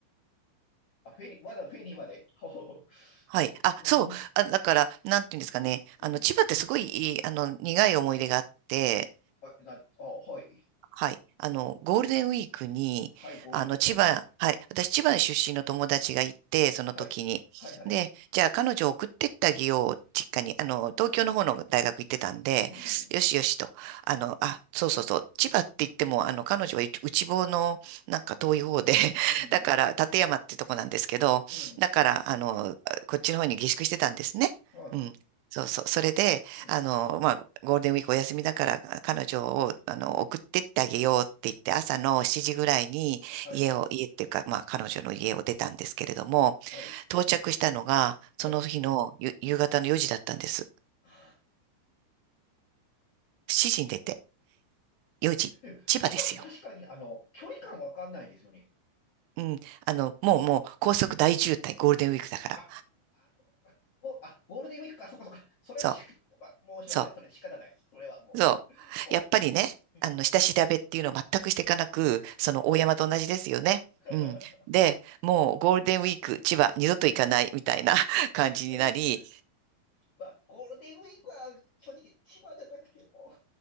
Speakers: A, on the left; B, on the right.
A: あ、フェリー、わざわざフェリーまで。<laughs> ほほほ。
B: はい。あ、
A: うん、
B: そう。あ、だから、なんていうんですかね。
A: うん。
B: あの、千葉ってすごいいい、あの、苦い思い出があって、
A: あ、な、あ、はい。
B: はい。あの、ゴールデンウィークに、
A: はい、ゴールデンウィーク、
B: あの、千葉、
A: はい。
B: はい。私、千葉出身の友達がいて、その時に。
A: はい。はい、はい。
B: で、じゃあ、彼女を送ってってあげよう、実家に。あの、東京の方の大学行ってたんで、
A: うん。
B: よしよしと。あの、あ、そうそうそう。千葉って言っても、あの、彼女は内内房の、なんか遠い方で、<laughs>
A: うん。
B: だから、館山ってとこなんですけど、
A: うん。
B: だから、あの、こっちの方に下宿してたんですね。
A: はい、
B: うん。
A: はい。
B: そうそう。それで、
A: うん。
B: あの、まあ、ゴールデンウィークお休みだから、彼女を、あの、送ってってあげようって言って、朝の7時ぐらいに家を、
A: はい。
B: 家っていうか、まあ、彼女の家を出たんですけれども、
A: はい。
B: 到着したのが、
A: はい。
B: その日のゆ夕方の4時だったんです。
A: は
B: 7時に出て、4時、
A: あすごいでも千葉って確かに、
B: 千葉ですよ。
A: あの、距離感わかんないですよね。
B: うん。あの、もうもう、高速大渋滞、ゴールデンウィークだから。
A: あ、あ、お、あ、ゴールデンウィークか、そっかそっか。それはし、
B: そう、
A: まあ、申し訳ない。
B: そう。
A: それ仕方ないです。それはもう、
B: そ
A: も
B: う。やっぱりね、
A: う。うん
B: あの、下調べっていうのを全くしていかなく、その大山と同じですよね。
A: <laughs>
B: うん。で、もうゴールデンウィーク、千葉、二度と行かないみたいな <laughs> 感じになり、
A: いやいや、まあ、ゴールデンウィークは正直、千葉じゃなくても、